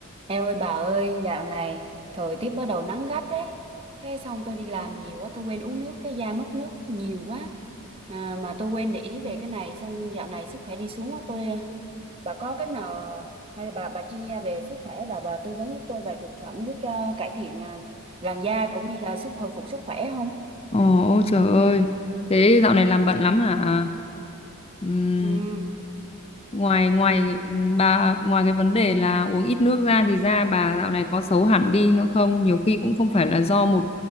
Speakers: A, on the right (about 25°); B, on the left (about 25°).
A: Em ơi bà ơi, dạo này thời tiết bắt đầu nắng gắt đấy. Cái xong tôi đi làm nhiều quá, tôi quên uống nước, cái da mất nước nhiều quá. À, mà tôi quên để ý về cái này, xong dạo này sức khỏe đi xuống quá. Tôi, à, bà có cách nào, hay là bà bà chuyên gia về sức khỏe, bà bà tư vấn giúp tôi vài thực phẩm giúp cho cải thiện à, làn da cũng như là sức hồi phục sức khỏe không?
B: Ồ, ôi trời ơi. Thế dạo này làm bận lắm hả? Ừm,
A: Ừ,
B: ngoài ngoài bà ngoài cái vấn đề là uống ít nước ra thì da bà dạo này có xấu hẳn đi nữa không? Nhiều khi cũng không phải là do một